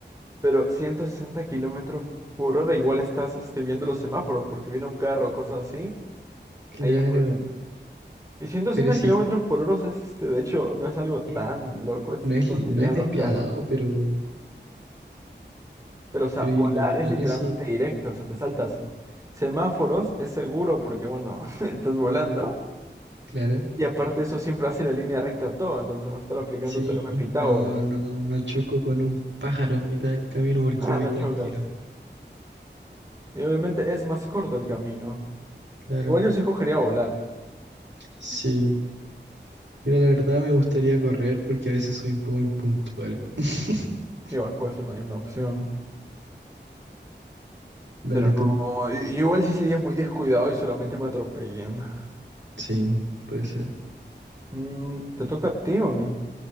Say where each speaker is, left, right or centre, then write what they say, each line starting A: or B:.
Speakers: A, on the right; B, on the right.
A: pero 160 kilómetros por hora igual estás este, viendo los semáforos porque viene un carro o cosas así.
B: Claro.
A: Ahí hay problema. Y ciento sesenta
B: Pero sí,
A: kilómetros por hora es este, de hecho, no es algo tan
B: eh,
A: loco, es
B: no es,
A: lo que
B: no
A: llegan
B: es despiadado,
A: los carros.
B: pero.
A: Pero, o sea,
B: Pero
A: volar
B: y lo, pi-
A: es
B: lo
A: literalmente
B: pienso,
A: directo, o sea, te saltas semáforos, es seguro porque, bueno, <laughs> estás volando.
B: Claro.
A: Y aparte eso siempre hace la línea recta todo, entonces vas a estar aplicando
B: Sí,
A: teorema de Pitágoras.
B: no, no, no choco con un pájaro en mitad del camino porque
A: Ah,
B: voy
A: no
B: tranquilo.
A: chocas. Y obviamente es más corto el camino.
B: Claro.
A: Igual yo sí escogería volar.
B: Sí. Mira, la verdad me gustaría correr porque a veces soy un poco impuntual. <laughs>
A: Igual puede ser también una opción.
B: Dale
A: Pero no,
B: tú.
A: i- igual sí serías muy descuidado y solamente me atropellan.
B: Sí, puede ser.
A: Mm, ¿te toca a ti o a mí?